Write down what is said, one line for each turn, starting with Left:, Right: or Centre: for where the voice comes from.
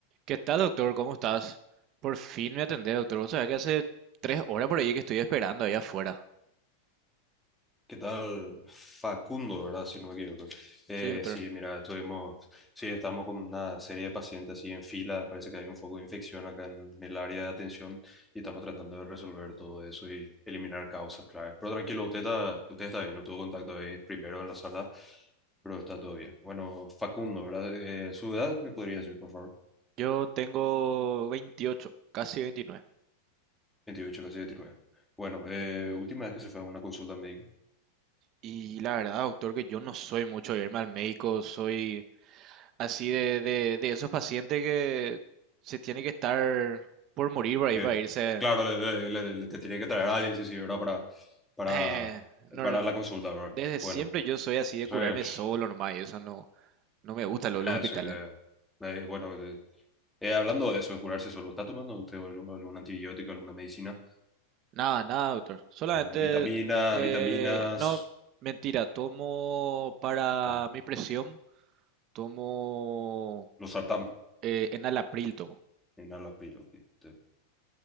Right: ¿Qué tal, doctor? ¿Cómo estás? Por fin me atendés, doctor. Vos sabés que hace tres horas por ahí que estoy esperando ahí afuera.
Centre: ¿Qué tal? Facundo, ¿verdad? Si no me equivoco. Eh,
Right: Sí, doctor.
Centre: sí, mira, estuvimos, sí, estamos con una serie de pacientes así en fila, parece que hay un foco de infección acá en el área de atención y estamos tratando de resolver todo eso y eliminar causas claves. Pero tranquilo, usted está, usted está bien, no tuvo contacto ahí primero en la sala, pero está todo bien. Bueno, Facundo, ¿verdad? Eh, ¿su edad me podría decir, por favor?
Right: Yo tengo 28, casi 29.
Centre: 28 casi 29. Bueno, eh, última vez que se fue a una consulta médica.
Right: Y la verdad, doctor, que yo no soy mucho de irme al médico. Soy así de, de, de esos pacientes que se tiene que estar por morir por ahí
Centre: que,
Right: para irse.
Centre: claro, le, le- le- le- te tenía que traer a alguien, sí, sí, ¿verdad? Para, para,
Right: Eh, no,
Centre: para la consulta, ¿verdad?
Right: desde siempre
Centre: Bueno,
Right: yo soy así
Centre: entonces,
Right: de curarme solo nomás. Y eso no, no me gusta lo de los
Centre: nada,
Right: hospitales.
Centre: sí, eh, eh, bueno, eh, eh, hablando de eso, de curarse solo, ¿está tomando usted algún, algún antibiótico, alguna medicina?
Right: Nada, nada, doctor. Solamente,
Centre: Nada, de Vitamina,
Right: eh,
Centre: vitaminas,
Right: no, mentira, tomo para
Centre: em,
Right: mi presión, tomo
Centre: losartán,
Right: eh, enalapril, tomo.
Centre: enalapril, ok, te-